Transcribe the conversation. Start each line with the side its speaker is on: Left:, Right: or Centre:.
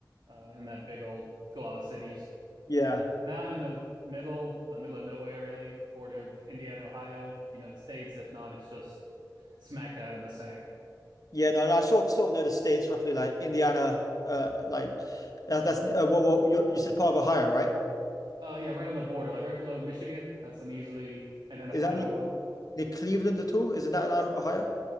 Right: uh, in that big old glob of cities.
Left: Yeah,
Right: uh, now I'm in the middle, the middle of nowhere, really, border of Indiana, Ohio. If you know the states, if not, it's just smack dab in the center.
Left: yeah. No, no. I sort of sort of know the states roughly, like Indiana. Uh, like that's that's uh, well, well, you, you said part of Ohio, right?
Right: Uh, yeah, right on the border, like right below Michigan. That's an easily identifiable
Left: Is that any
Right: one.
Left: near Cleveland at all? Isn't that in O- Ohio?